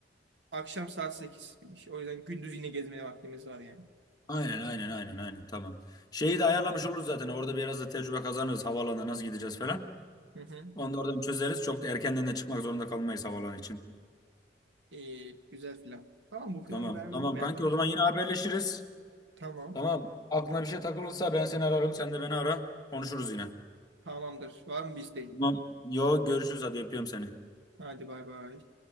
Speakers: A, on the right; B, on the left.
A: Akşam saat sekiz O yüzden gündüz yine gezmeye vaktimiz var yani.
B: Aynen aynen aynen aynen tamam. Şeyi de ayarlamış oluruz zaten orada biraz da tecrübe kazanırız havaalanına nasıl gideceğiz falan.
A: Hı hı.
B: Onu da oradan çözeriz. Çok da erkenden de çıkmak zorunda kalmayız havalan için.
A: İyi, güzel plan. Tamam bu planı
B: Tamam.
A: beğendim
B: Tamam
A: ya
B: kanki
A: ben.
B: o zaman yine haberleşiriz.
A: Tamam.
B: Tamam. Aklına bir şey takılırsa ben seni ararım. Sen de beni ara. Konuşuruz yine.
A: Tamamdır. Var mı bizdeyim?
B: Tamam. Yo görüşürüz. Hadi yapıyorum seni. Hadi.
A: Hadi bay bay.